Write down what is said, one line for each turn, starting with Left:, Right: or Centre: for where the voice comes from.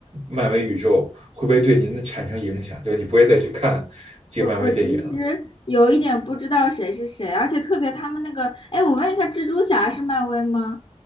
Right: 漫威宇宙会不会对您的产生影响？就是你不会再去看这个漫威电影了。
Left: 我我其实有一点不知道谁是谁，而且特别他们那个，哎，我问一下，蜘蛛侠是漫威吗？